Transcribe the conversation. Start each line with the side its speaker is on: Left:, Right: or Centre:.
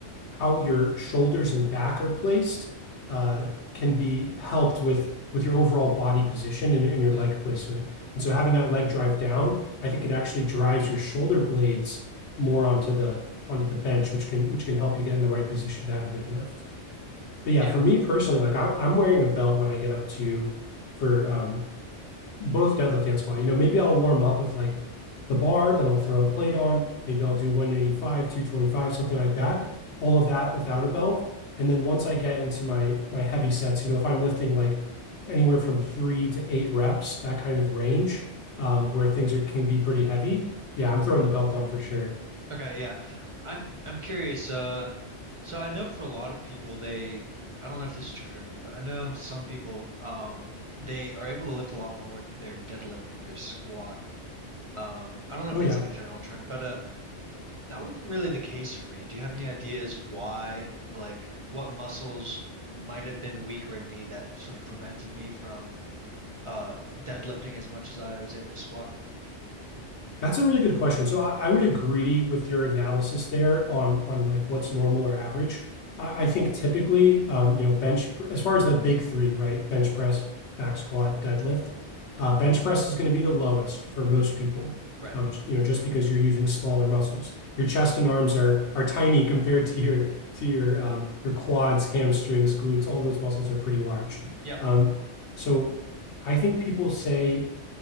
Left: how your shoulders and back are placed uh, can be helped with with your overall body position and and your
Right: Mm,
Left: leg placement. And so, Having that leg drive down, I think it actually drives your shoulder blades more onto the onto the bench, which can which can help you get in the right position to have a good lift. But Yeah,
Right: yeah.
Left: for me personally, like I, I'm wearing a belt when I get up to for um, both deadlift and squat. You know, maybe I'll warm up with like the bar, then I'll throw a plate on. Maybe I'll do 185, 225, something like that. All of that without a belt. And then once I get into my my heavy sets, you know, if I'm lifting like anywhere from three to eight reps, that kind of range, um, where things are can be pretty heavy. Yeah, I'm throwing the belt on for sure.
Right: Okay, yeah. I'm I'm curious. Uh, so I know for a lot of people, they I don't know if this is true for everyone, but I know some people um they are able to lift a lot more with their deadlift than their squat. Um, I don't know if
Left: Oh
Right: that's
Left: yeah.
Right: like a general trend, but uh, That wasn't really the case for me. Do you have any ideas why, like, what muscles might have been weaker in me that sort of prevented me from uh deadlifting as much as I was able to squat?
Left: That's a really good question. So I, I would agree with your analysis there on on like what's normal or average. I, I think typically, um, you know, bench pr- as far as the big three, right? Bench press, back squat, deadlift. Uh, bench press is going to be the lowest for most people.
Right: Right.
Left: Um, you know, just because you're using smaller muscles, your chest and arms are are tiny <laughs> compared to your to your um, your quads, hamstrings, glutes. All those muscles are pretty large.
Right: Yep.
Left: Um, so I think people say